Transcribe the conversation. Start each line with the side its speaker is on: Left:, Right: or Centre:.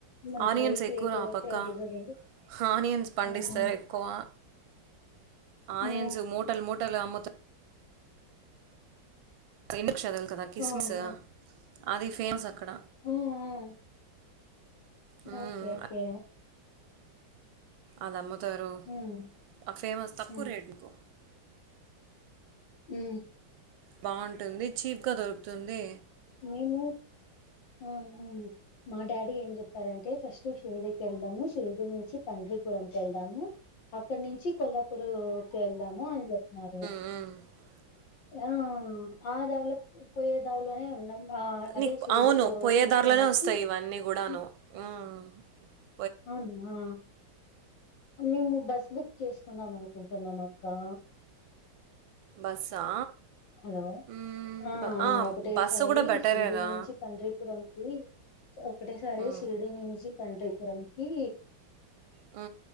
Left: మనకి
Right: ఆనియన్స్
Left: రైస్
Right: ఎక్కువరా
Left: లేకపోతే
Right: ఆ పక్క
Left: అది దిగదు
Right: హానియన్స్ పండిస్తారు
Left: ఆహా.
Right: ఎక్కువ ఆనియన్స్
Left: ఉమ్,
Right: ముటల్ ముటల్ అమ్ముత అసలు ఎందుకు <unintelligible> కదా కిస్మిసు
Left: ఓహో.
Right: అది ఫేమస్ అక్కడ
Left: ఉమ్, ఉమ్.
Right: హ్మ్.
Left: ఓకే ఓకే
Right: అదమ్ముతారు <unintelligible>
Left: ఉమ్,
Right: ఫేమస్ తక్కువ
Left: ఉమ్,
Right: రేట్లుకు
Left: ఉ
Right: బావుంటుంది చీప్గ దొరుకుతుంది
Left: మేము ఉహు మా డాడీ ఏం చెప్పారంటే ఫస్ట్ షిరికి వెళ్దాము షిరిడి నుంచి పండ్రిపురంకి ఎళ్దాము అక్కడ్నించి కొల్లాపూరుకి వెళ్దాము అని చెప్న్నారు
Right: ఉ
Left: ఆ ఆ దారిలో పోయే దారిలోనే ఉన్నం ఆ
Right: నీకు
Left: అదే షిరిడిలో
Right: అవును పోయే
Left: చూసుకునేసి
Right: దారిలోనే వస్తాయ్ ఇవన్నీ గూడాను
Left: ఉమ్,
Right: ఉ
Left: అవునా మేము బస్ బుక్ చేసుకుందాం అనుకుంటున్నం అక్కా
Right: బస్సా
Left: హలో
Right: హ్మ్.
Left: ఆ
Right: బ
Left: ఒకటేసారి
Right: బస్సు గూడా బెటరేరా.
Left: షిరిడి నుంచి <unintelligible> పురం కి ఒకటేసారి
Right: హ్మ్.
Left: షిరిడి నుంచి పండ్రిపురంకీ
Right: ఆ